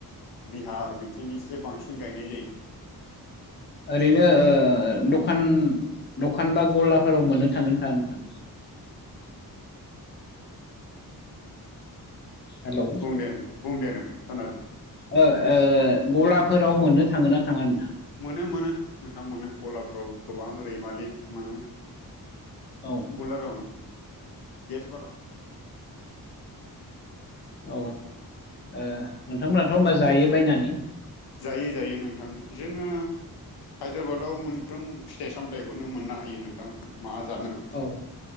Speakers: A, on the left; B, on the left.
A: बिहार बिथिं एसे बांसिन गायनाय जायो।
B: ओरैनो दखान दखान बा गलाफोराव मोननो थांगोनथा नोंथां। हेलौ
A: बुं दे नोंथां बुं दे नोंथां खोनादों।
B: ओ ओ गलाफोराव मोननो थाङो ना थाङा नोंथां।
A: मोनो मोनो नोंथांमोनो गलाफ्राव गोबां रैमालि मोनो।
B: औ
A: बुलारावन्द गेसबाला।
B: औ ओ नोंथांमोनाथ' होनोमबा जायो बायनानै।
A: जायो जायो नोंथां जोङो। हायद्राबादाव मोनफ्रोम फिथाइ सामथायाइखौनो मोननो हायो नोंथां मा जानो।
B: औ